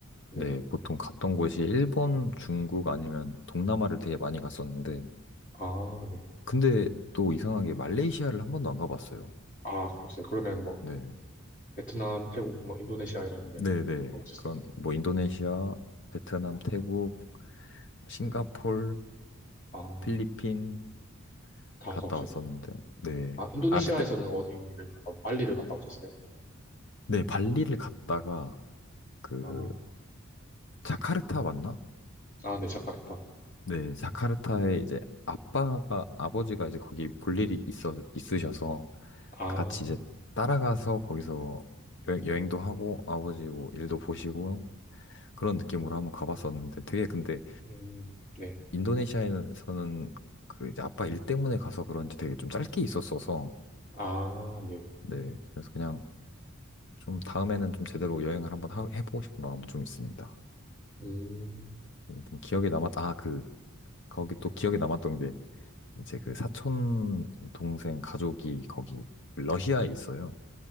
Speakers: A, on the left (about 35°); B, on the left (about 60°).
A: 네.
B: 네, 보통 갔던 곳이 일본, 중국 아니면 동남아를 되게 많이 갔었는데,
A: 아, 네.
B: 근데 또 이상하게 말레이시아를 한 번도 안 가봤어요.
A: 아, 그러세요. 그러면 뭐
B: 네.
A: 베트남, 태국, 뭐 인도네시아 이런 데를
B: 네네.
A: 가보셨어요.
B: 그런, 뭐, 인도네시아, 베트남,
A: 아,
B: 태국, 싱가폴,
A: 아,
B: 필리핀
A: 다
B: 갔다
A: 가보셨네요.
B: 왔었는데, 네.
A: 아, 인도네시아에서는
B: 아, 그때,
A: 어디를 갔다, 오- 발리를 갔다 오셨어요?
B: 네, 발리를 갔다가, 그,
A: 아,
B: 자카르타 맞나?
A: 아, 네, 자카르타.
B: 네, 자카르타에 이제 아빠가, 아버지가 이제 거기 볼 일이 있어, 있으셔서
A: 아,
B: 같이 이제 따라가서 거기서 여행, 도 하고 아버지 뭐 일도 보시고 그런 느낌으로 한번 가봤었는데 되게 근데
A: 음, 네.
B: 인도네시아에서는 그 이제 아빠 일 때문에 가서 그런지 되게 좀 짧게 있었어서
A: 아, 네.
B: 네, 그래서 그냥 좀 다음에는 좀 제대로 여행을 한번 하- 해보고 싶은 마음 좀 있습니다.
A: 음,
B: 음, 좀 기억에 남았, 아, 그, 거기 또 기억에 남았던 게 이제 그 사촌 동생 가족이 거기 러시아에 있어요.